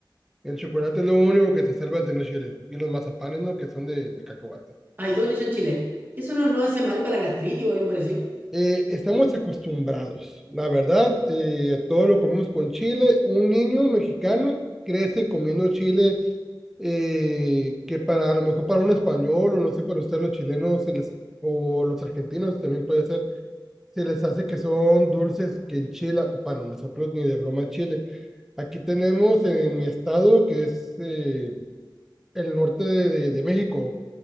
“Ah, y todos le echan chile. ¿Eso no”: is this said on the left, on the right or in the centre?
Right